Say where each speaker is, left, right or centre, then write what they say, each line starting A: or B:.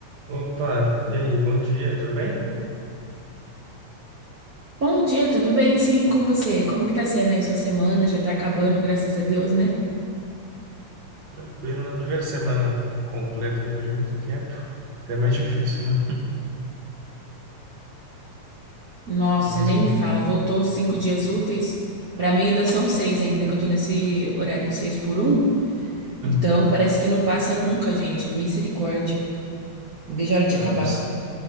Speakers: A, on the right (about 65°); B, on the right (about 80°).
A: Opa, e aí, bom dia, tudo bem?
B: Bom dia, tudo bem? Sim, com você? Como que tá sendo aí sua semana? Já tá acabando, graças a Deus, né?
A: Tranquilo, na primeira semana completa, depois de muito tempo, até mais difícil, né?
B: Nossa,
A: Semanas
B: nem
A: com...
B: me fala, voltou os cinco dias úteis. Pra mim ainda são seis ainda, que eu tô nesse horário de seis por um.
A: Uhum.
B: Então parece que não passa nunca, gente. Misericórdia. Não vejo a hora de
A: Ah,
B: acabar.
A: mas,